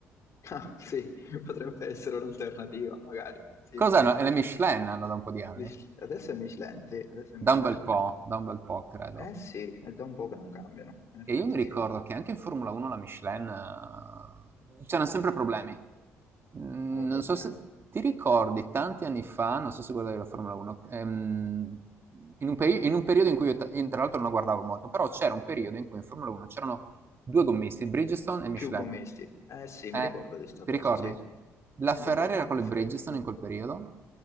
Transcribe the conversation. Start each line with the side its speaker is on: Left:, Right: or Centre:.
Left: Ah, sì, potrebbe essere un'alternativa, magari. Sì,
Right: Cos'hanno?
Left: sì.
Right: Eh, Le Michelin hanno da un po' di anni?
Left: Mich- Adesso è Michelin, sì, adesso è Michelin.
Right: Da un bel po', da un bel po', credo.
Left: Eh sì, è da un po' che non cambiano, in effetti
Right: E io mi ricordo
Left: sì,
Right: che anche in Formula 1 la Michelin, eh, c'erano sempre problemi. Mm,
Left: aveva
Right: Non
Left: problemi.
Right: so se ti ricordi tanti anni fa, non so se guardavi la Formula 1, ehm, in un, peri- in un periodo in cui io, ta- io tra l'altro non la guardavo molto, però c'era un periodo in cui in Formula 1 c'erano due gommisti, Bridgestone e Michelin.
Left: Più gommisti. Eh sì,
Right: Eh,
Left: mi ricordo di sta
Right: ti
Left: cosa,
Right: ricordi?
Left: sì. Mi
Right: La Ferrari
Left: ricordo
Right: era con
Left: in effetti,
Right: le Bridgestone
Left: sì.
Right: in quel periodo